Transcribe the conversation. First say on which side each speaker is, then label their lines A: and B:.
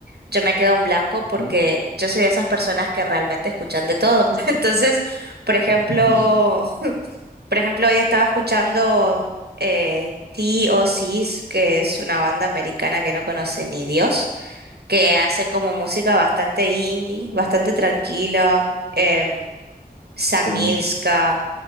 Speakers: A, on the right (about 80°); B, on the left (about 55°).
A: yo me quedo en blanco
B: Ujú.
A: porque yo soy de esas personas que realmente escuchan de todo. <laughs> Entonces, por ejemplo,
B: <laughs>
A: por ejemplo, hoy estaba escuchando eh, T.O.Cs, que es una banda americana que no conoce ni Dios, que hace como música bastante indie, bastante tranquila. em, Samilska,
B: Sí,